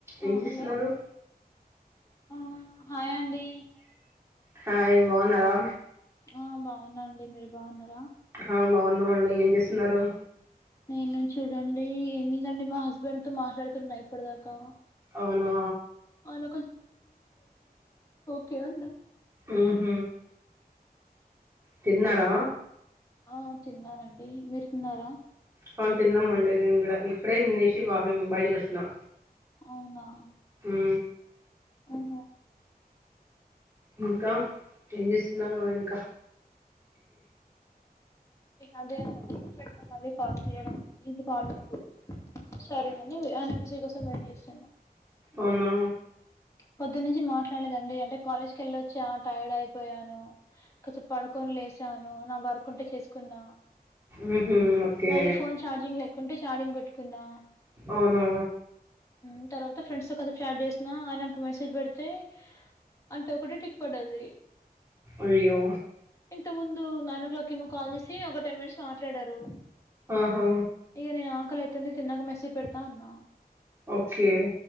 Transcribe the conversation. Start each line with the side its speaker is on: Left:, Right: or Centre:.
Right: ఏం
Left: ఆ
Right: చేస్తున్నారు
Left: హలో ఆ హాయ్ అండి
Right: హాయ్ బాగున్నారా
Left: ఆ బాగున్నాండి మీరు బాగున్నారా
Right: ఆ బాగున్నాము అండి ఏం చేస్తున్నారు
Left: నేను చూడండి ఏమిందండి మా హస్బెండ్ తో మాట్లాడుతున్నా ఇప్పటిదాకా
Right: అవునా
Left: ఆయన కె ఉంద
Right: ఉహ్ తిన్నారా
Left: ఆ తిన్నానండి మీరు తిన్నారా
Right: అవును తిన్నామండి నేను కూడా ఇప్పుడే నిన్నచి వాకిమ్ బయటికి వచ్చిన
Left: అవునా
Right: హ్
Left: అ హా
Right: ఇంకా ఏం చేస్తున్నరు ఇంకా
Left: అంటే పెడతా మళ్ళీ పన్ చేయ్యడానికి పావ్ల్ ముందు అంటే సరే అని ఆయన మెసేజ్ కోసం వెయిట్ చేస్తాను
Right: అవ్నా
Left: పొద్దున్నుంచి మాట్లాడలేదండి అంటే కాలేజ్ క వెళ్ళొచ్చా టైర్డ్ అయిపోయాను కొద్సేప్ పడుకొని లేసాను నా వర్కుంటే చేస్కున్న
Right: ఊహూ ఓకే
Left: మళ్ళీ ఫోన్ చార్జింగ్ లేకుంటే చార్జింగ్ పెట్ కున్నా
Right: అవునా
Left: ఉ తర్వాత ఫ్రెండ్స్ తో కోసేప్ చాట్ చేస్ ఆ ఆయనకు మెసేజ్ పెడితే అంటే ఒకటే టిక్ పడ్డది
Right: అయ్యో
Left: ఇంత ముందు నైన్ ఓ క్లాక్ ఏమో కాల్ చేసి ఒక టెన్ మినిట్స్ మాట్లాడారు
Right: ఆహా
Left: ఇక నేను ఆకల్ అయితిందు తిన్నాక మెసేజ్ పెడతా అన్నా
Right: ఓకే